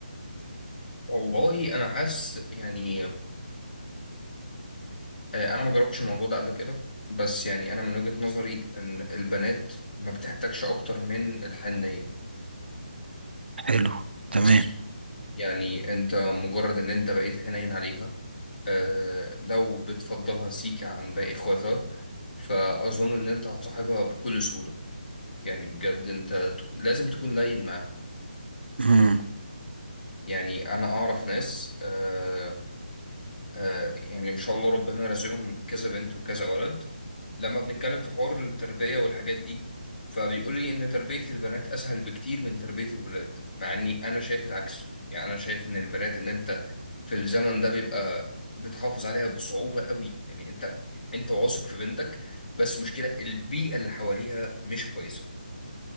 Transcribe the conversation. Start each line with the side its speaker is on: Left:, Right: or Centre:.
Left: والله انا حاسس يعني آه، انا ما جربتش الموضوع ده قبل كده بس يعني انا من وجهة نظري ان البنات ما بتحتاجش اكتر من الحنية
Right: حلو
Left: بس
Right: تمام
Left: يعني انت مجرد ان انت بقيت حنين عليها آه لو بتفضلها سيكا عن باقي اخواتها فاظن ان انت هتصاحبها بكل سهولة يعني بجد انت تك- لازم تكون لين معاها
Right: امم
Left: يعني انا اعرف ناس آه، آه، يعني ان شاء الله ربنا رزقهم كذا بنت وكذا ولد لما بنتكلم في حوار التربية والحاجات دي فبيقول لي ان تربية البنات اسهل بكتير من تربية الولاد مع اني انا شايف العكس يعني انا شايف ان البنات اللي انت في الزمن ده بيبقى بتحافظ عليها بصعوبة قوي يعني انت انت واثق في بنتك بس مشكلة البيئة اللي حواليها مش كويسة